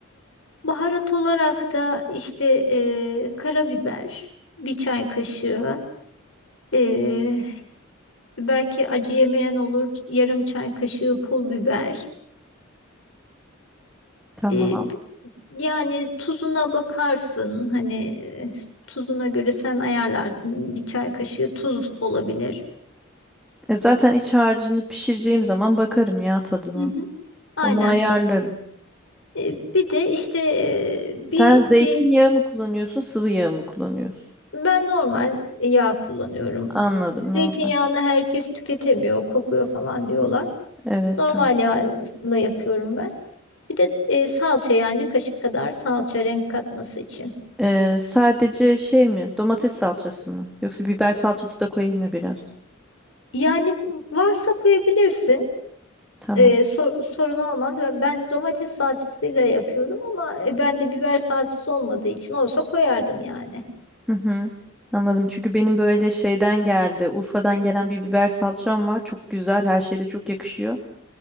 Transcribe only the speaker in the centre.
tamam.
E zaten iç harcını pişireceğim zaman bakarım ya tadına.
Onu ayarlarım.
Sen
zeytinyağı
mı kullanıyorsun, sıvı yağ mı kullanıyorsun?
Anladım,
normal.
Evet,
tamam.
E, sadece şey mi, domates salçası mı? Yoksa biber salçası da koyayım mı biraz?
Tamam.
Hı hı. Anladım. Çünkü benim böyle şeyden geldi. Urfa'dan gelen bir biber salçam var. Çok güzel. Her şeyde çok yakışıyor.